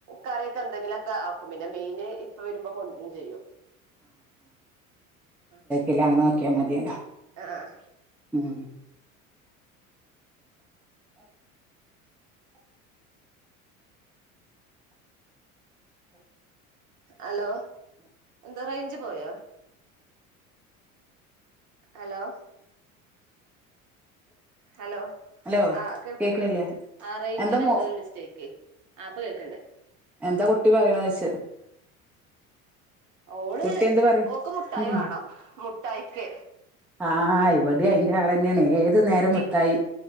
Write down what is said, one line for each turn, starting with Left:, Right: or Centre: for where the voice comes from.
Right: കറിയൊക്കെ എന്തെങ്കിലൊക്കെ ആക്കും പിന്നെ മീന് ഇ പ്പ വെരുമ്പൊ കൊണ്ട്രും ചെയ്യും അഹ്
Centre: ഇല്ല അങ്ങനെ നോക്കിയാ മതിയേല്ലൊ
Right: ആഹ്
Centre: ഉം
Right: ഹലോ എന്താ റേഞ്ച് പോയോ ഹലോ ഹലോ
Centre: ഹലോ
Right: ആഹ് കേൾക്ക്‌ണ്ല്ലേ
Centre: കേക്കണില്ലേ
Right: ആഹ് റേഞ്ചിന്
Centre: എന്താ
Right: എന്തോ
Centre: മോ
Right: ഒരു മിസ്റ്റേക്ക് ആഹ് പ്പകേൾക്ക്‌ണ്ട്
Centre: എന്താ കുട്ടി പറയണോയ്ച്ചാ
Right: ഓള്
Centre: കുട്ടി എന്ത് പറയ
Right: ഓക്ക് മുട്ടായി
Centre: ഉം
Right: വാണം മുട്ടായിക്ക്
Centre: ആഹ് ഇവിടെ അയിന്റെ ആളന്നെയാണ് ഏത് നേരം
Right: മി
Centre: മിട്ടായി